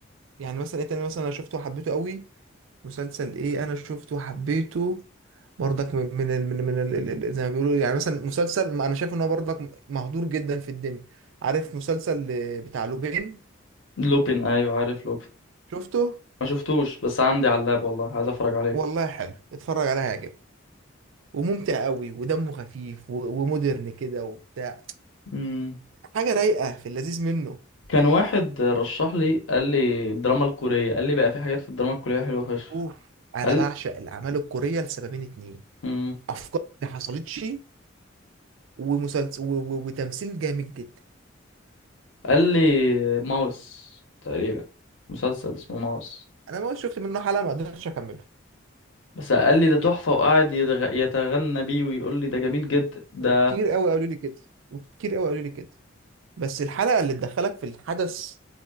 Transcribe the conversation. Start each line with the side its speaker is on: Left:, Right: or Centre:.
Right: يعني مثلا ايه تاني مثلا انا شفته وحبيته قوي مسلسل ايه انا شفته وحبيته برضك من من ال- من, من ال- ال- ال- زي ما بيقولوا يعني مثلا مسلسل ما انا شايف ان هو برضك مهدور جدا في الدنيا عارف مسلسل آه، بتاع لوبين
Left: لوبين ايوه عارف لوبين
Right: شفته
Left: ما شفتوش بس عندي على اللاب والله عايز اتفرج عليه
Right: والله حلو اتفرج عليه هيعجبك وممتع قوي ودمه خفيف و- ومودرن كده وبتاع
Left: امم
Right: حاجه رايقه في اللذيذ منه
Left: كان واحد رشح لي قال لي الدراما الكوريه قال لي بقى في حاجات في الدراما الكوريه حلوه فشخ
Right: اوف انا
Left: قال
Right: بعشق الاعمال الكوريه لسببين اتنين
Left: لي
Right: افكار ما حصلتش ومسلسل و... و... وتمثيل جامد جدا
Left: قال لي ماوس تقريبا مسلسل اسمه ماوس
Right: انا ما شفت منه حلقه ما قدرتش اكمله
Left: بس قال لي ده تحفة وقعد يتغ- يتغنى بيه ويقول لي ده جميل جدا ده
Right: وكتير قوي قالوا لي كده وكتير قوي قالوا لي كده بس الحلقه اللي تدخلك في الحدث